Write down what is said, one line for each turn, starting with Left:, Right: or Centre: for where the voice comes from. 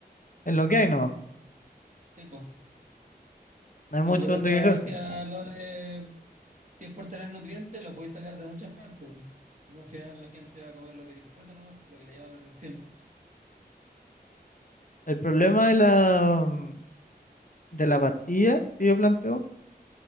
Left: es lo que hay, no,
Right: sí, po.
Left: no hay mucho
Right: Sí, por
Left: donde
Right: eso
Left: quejarse.
Right: decía lo de si es por tener nutrientes, lo podéis sacar de muchas partes. po. Al final la gente va a comer lo que disfruta, ¿no? Lo que le llama la atención.
Left: El problema de la, mm, de la pastilla que yo planteo